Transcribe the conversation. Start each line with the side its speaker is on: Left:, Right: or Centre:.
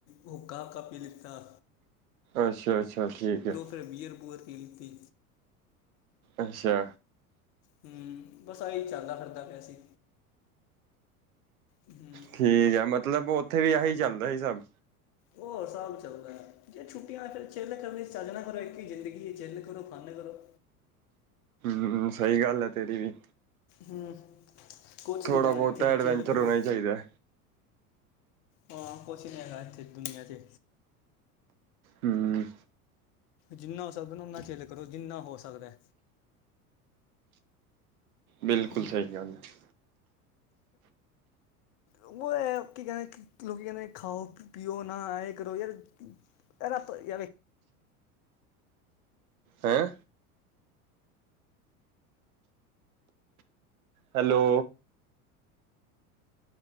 Left: ਹੁੱਕਾ ਹਾਕਾ ਪੀ ਲੀਤਾ।
Right: ਅੱਛਾ-ਅੱਛਾ ਠੀਕ ਐ।
Left: ਫੇਰ ਬੀਅਰ ਬੂਵਰ ਪੀ ਲੀਤੀ।
Right: ਅੱਛਾ।
Left: ਹੂੰ, ਬਸ ਆਹੀ ਚੱਲਦਾ ਫਿਰਦਾ ਪਿਆ ਸੀ। ਹੂੰ
Right: ਠੀਕ ਐ, ਮਤਲਬ ਉੱਥੇ ਵੀ ਆਹੀ ਚੱਲਦਾ ਸੀ ਸਭ।
Left: ਹੋਰ ਸਭ ਚੱਲਦਾ ਅ। ਜੇ ਛੁਟੀਆਂ ਫਿਰ ਚਿੱੱਲ ਕਰਨੀ ਚੰਜ ਨਾਅ ਕਰੀ ਇੱਕ ਈ ਜ਼ਿੰਦਗੀ ਏ ਚਿੱੱਲ ਕਰੋ, ਫਨ ਕਰੋ।
Right: ਹੂੰ ਸਹੀ ਗੱਲ ਏ ਤੇਰੀ ਵੀ।
Left: ਹੂੰ ਕੁਛ
Right: ਥੋੜ੍ਹਾ
Left: ਨਹੀਂ ਰਹਿਣਾ
Right: ਬਹੁਤਾ
Left: ਇੱਥੇ
Right: ਐਡਵੈਂਚਰ
Left: ਚਿੱਲ ਕਰੋ
Right: ਹੋਣਾ ਈ ਚਾਈਦਾ ਐ।
Left: ਹਾਂ ਕੁਛ ਨੀ ਹੈਗਾ ਇੱਥੇ ਦੁਨੀਆਂ 'ਚ।
Right: ਹੂੰ
Left: ਜਿੰਨਾ ਹੋ ਸਕਦਾ ਨਾ ਓਨਾ ਚਿਲ ਕਰੋ ਜਿੰਨਾ ਹੋ ਸਕਦੇਅ।
Right: ਬਿਲਕੁਲ
Left: ਹੂੰ
Right: ਸਹੀ ਗੱਲ ਹੈ
Left: ਉਹ ਐ ਕੀ ਕਹਦੇ ਲੋਕ ਕਹਿੰਦੇ ਖਾਓ ਪੀਓ ਨਾਂ ਇਹ ਕਰੋ ਯਾਰ ਰੱਤ ਯਾਰ
Right: ਹੈਂ ਹੈਲੋ